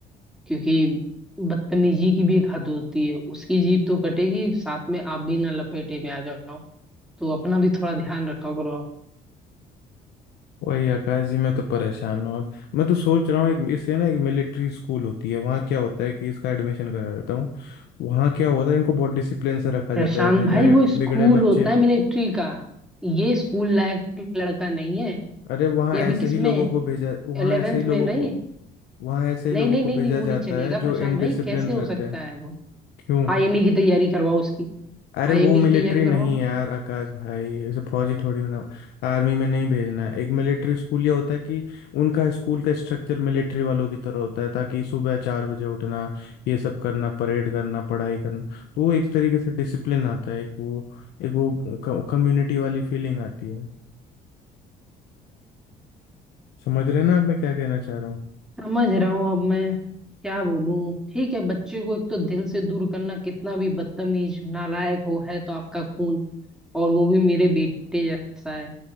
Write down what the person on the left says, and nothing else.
वही आकाश जी मैं तो परेशान हूँ अब मैं तो सोच रहा हूँ एक इससे ना एक मिलिट्री स्कूल होती है वहाँ क्या होता है कि इसका एडमिशन करा देता हूँ वहाँ क्या होता है इनको बहुत डिसिप्लिन से रखा
जाता है जैसे
जो ये
बिगड़े बच्चे
अरे वहाँ
ऐसे
ही
लोगों
को भेजा वहाँ
ऐसे ही लोगों
को
वहाँ ऐसे ही
लोगों
को
भेजा
जाता
है जो
इनडिसिप्लिन
रहते
हैं
क्यों
अरे
वो मिलिट्री
नहीं यार आकाश भाई ऐसे फौजी थोड़ी ना आर्मी में नहीं भेजना है एक मिलिट्री स्कूल ये होता है कि उनका स्कूल का स्ट्रक्चर मिलिट्री वालों की तरह होता है ताकि सुबह चार बजे उठना ये सब करना परेड करना पढ़ाई करना तो वो एक तरीके से डिसिप्लिन आता है एक वो एक वो कम्युनिटी वाली फीलिंग आती है समझ रहे हैं ना आप मैं क्या कहना चाह रहा हूँ